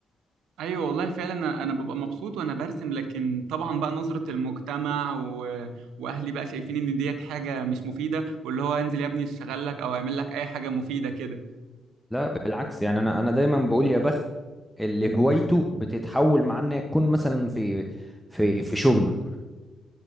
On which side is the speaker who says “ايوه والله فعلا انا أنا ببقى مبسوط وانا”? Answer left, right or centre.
Right